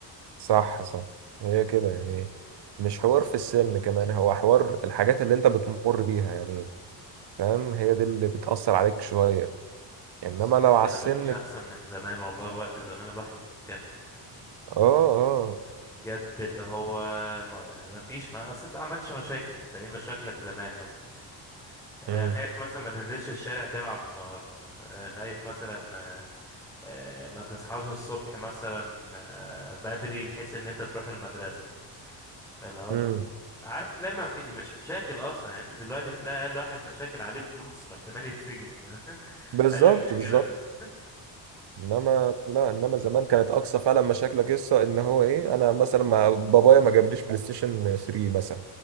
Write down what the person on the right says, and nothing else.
صح صح هي كده يعني مش حوار في السن كمان هو حوار الحاجات اللي أنت بتمر بيها يعني فاهم هي دي اللي بتأثر عليك شوية إنما
لو
على
السن
اه
اه
امم
امم
بالظبط
بالظبط
انما لا انما زمان كانت اقصى فعلا مشاكلك قصه ان هو ايه انا مثلا ما بابايا ما جابليش بلاي ستيشن 3 مثلا